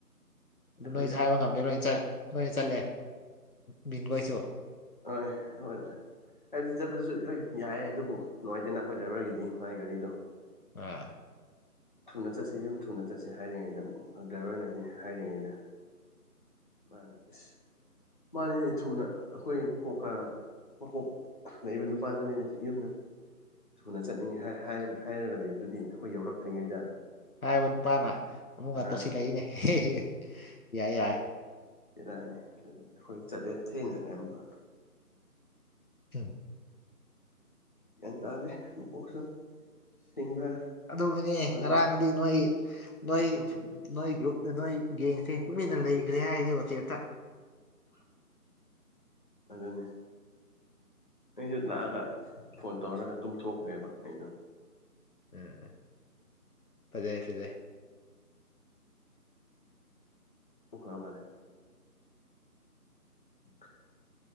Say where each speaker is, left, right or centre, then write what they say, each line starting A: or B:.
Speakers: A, on the left (about 65°); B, on the left (about 30°).
A: ꯑꯗꯨ
B: ꯑꯩꯈꯣꯏꯗꯤ
A: ꯅꯣꯏꯁꯨ ꯍꯥꯏꯕ ꯉꯝꯗꯦ ꯂꯣꯏ ꯂꯣꯏ ꯆꯠꯂꯦ ꯕꯤꯟꯈꯣꯏꯁꯨ
B: ꯍꯣꯏ ꯍꯣꯏ ꯍꯥꯏꯗꯤ ꯆꯠꯄꯗꯨꯁꯨ ꯂꯣꯏꯟ ꯌꯥꯏꯌꯦ ꯑꯗꯨꯕꯨ ꯅꯨꯡꯉꯥꯏꯇꯦꯅ ꯑꯩꯈꯣꯏ ꯗ꯭ꯔꯥꯏꯚꯔꯒꯤꯗꯤ ꯃꯥꯒꯤ ꯒꯥꯔꯤꯗꯣ
A: ꯑꯥ
B: ꯊꯨꯅ ꯆꯠꯁꯤ ꯌꯨꯝ ꯊꯨꯅ ꯆꯠꯁꯤ ꯍꯥꯏꯔꯤꯉꯩꯗ ꯗ꯭ꯔꯥꯏꯚꯔꯅꯗꯤ ꯍꯥꯏꯔꯤꯉꯩꯗ ꯑꯗꯨꯃꯥꯏꯅ ꯏꯁ ꯃꯥꯅꯤꯅꯦ ꯊꯨꯅ ꯑꯩꯈꯣꯏ ꯀꯣꯛ ꯑ ꯃꯀꯣꯛ ꯂꯩꯕ ꯅꯨꯄꯥꯗꯨꯅꯤꯅꯦ ꯌꯨꯝꯗ ꯊꯨꯅ ꯆꯠꯅꯤꯡꯉꯤ ꯍꯥꯏ ꯍꯥꯏ ꯍꯥꯏꯔꯒ ꯂꯩꯕꯗꯨꯗꯤ ꯑꯩꯈꯣꯏ ꯌꯧꯔꯛꯇ꯭ꯔꯤꯉꯩꯗ
A: ꯍꯥꯏꯕ ꯅꯨꯄꯥꯅ ꯑꯃꯨꯛ ꯀ
B: ꯑꯥ
A: ꯇꯧꯁꯤꯜꯂꯛꯏꯅꯦ ꯍꯦ ꯍꯦ ꯌꯥꯏ ꯌꯥꯏ
B: ꯕꯦꯔꯥꯅꯤ ꯑꯗꯨꯗ ꯑꯩꯈꯣꯏ ꯆꯠꯂꯦ ꯊꯦꯡꯅ ꯍꯜꯂꯦ ꯑꯃꯨꯛꯀ
A: ꯎꯝ
B: ꯒ꯭ꯌꯥꯟ ꯇꯥꯗꯦ ꯃꯀꯣꯛꯁꯨ ꯁꯤꯡꯕ꯭ꯔꯥ?
A: ꯑꯗꯨꯒꯤꯅꯤ
B: ꯇꯧꯔꯒ
A: ꯉꯔꯥꯡꯗꯤ ꯅꯣꯏ ꯅꯣꯏ ꯅꯣꯏ ꯒ꯭ꯔꯨꯞ ꯅꯣꯏ ꯒꯦꯡꯁꯤ ꯇꯨꯝꯃꯤꯟꯅ ꯂꯩꯒ꯭ꯔꯦ ꯍꯥꯏꯌꯦ ꯋꯥꯆꯦꯞꯇ
B: ꯑꯗꯨꯅꯦ꯫ ꯑꯩꯁꯨ ꯂꯥꯛꯑꯒ ꯐꯣꯟ ꯇꯧꯔꯒ ꯇꯨꯝꯊꯣꯛꯈ꯭ꯔꯦꯕ ꯑꯩꯗꯣ
A: ꯎꯝ ꯎꯝ ꯐꯖꯩ ꯐꯖꯩ
B: ꯃꯨꯈꯔ ꯃꯥꯂꯦ꯫ <inaudible>